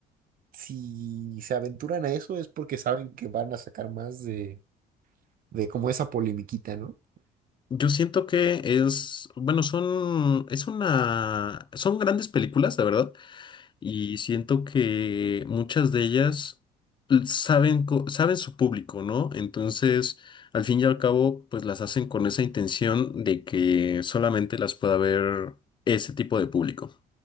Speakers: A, on the right; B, on the left.
A: si se aventuran a eso es porque saben que van a sacar más de, de como esa polemiquita, ¿no?
B: Yo siento que es, bueno, son, es una, son grandes películas, la verdad, y siento que muchas de ellas l- saben, co- saben su público, ¿no? Entonces, al fin y al cabo, pues las hacen con esa intención de que solamente las pueda ver ese tipo de público.